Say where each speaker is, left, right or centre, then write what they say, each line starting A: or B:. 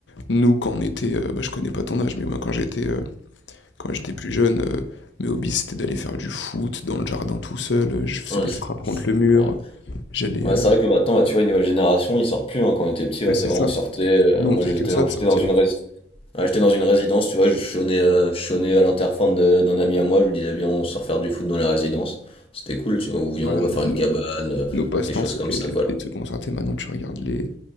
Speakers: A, on the left; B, on the left.
A: nous, quand on était, euh, bah, je connais pas ton âge, mais moi, quand j'étais euh, quand j'étais plus jeune, euh, mes hobbies, c'était d'aller faire du foot dans le jardin tout seul. euh, Je faisais
B: Ouais,
A: des
B: c'est
A: frappes contre
B: c'est-
A: le mur.
B: ouais.
A: J'allais.
B: Ouais,
A: euh,
B: c'est vrai que maintenant, bah, tu vois, une nouvelle génération, ils sortent plus. hein. Quand on était petit, ouais,
A: Ouais,
B: c'est
A: c'est
B: vraiment
A: ça.
B: on sortait. euh,
A: Nous,
B: moi,
A: on faisait
B: j'étais
A: que ça
B: dans,
A: de
B: j'étais
A: sortir.
B: dans une rés- ouais, j'étais dans une résidence, tu vois, je chonnais, euh, je chonnais à l'interphone de- d'un ami à moi. Je lui disais, viens, on sort faire du foot dans la résidence. C'était cool, tu vois. Ou viens,
A: Voilà,
B: on va
A: nos,
B: faire
A: nos-
B: une cabane, euh,
A: nos passe-temps,
B: des choses
A: c'était
B: comme ça, quoi.
A: c'était
B: là
A: de se concentrer. Maintenant, tu regardes les,